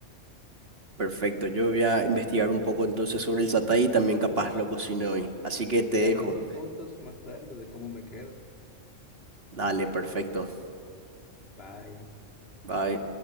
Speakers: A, on the right (about 50°); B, on the left (about 50°).
A: Perfecto, yo voy a investigar un poco entonces sobre el satay y también capaz lo cocino hoy. Así que te
B: Te
A: dejo.
B: mando fotos más tarde de cómo me queda.
A: Dale, perfecto.
B: Bye.
A: Bye.